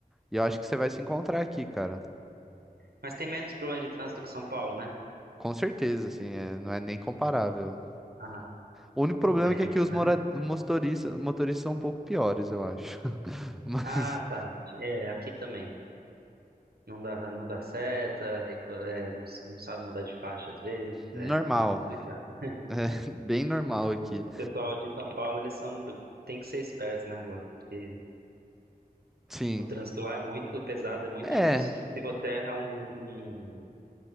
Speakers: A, in the centre; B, on the right.
A: e eu acho que você vai se encontrar aqui, cara.
B: Mas tem menos problema de trânsito que São Paulo, né?
A: Com certeza, assim, é- não é nem comparável.
B: Ah,
A: O único
B: tudo
A: problema
B: bem,
A: é que aqui
B: então.
A: os mora- motoristas, motoristas são um pouco piores, eu acho. <laughs> Mas
B: Ah, tá. É, aqui também. Não dá, não dá seta, recla- é, não, s- não sabe mudar de faixa às vezes,
A: normal,
B: é, co- é complicado. O
A: <laughs> bem normal aqui.
B: pessoal de São Paulo, eles são, tem que ser espertos, né, lá, porque
A: Sim.
B: o trânsito lá é muito pesado, é muito
A: É,
B: difícil. de- Se você erra um, um-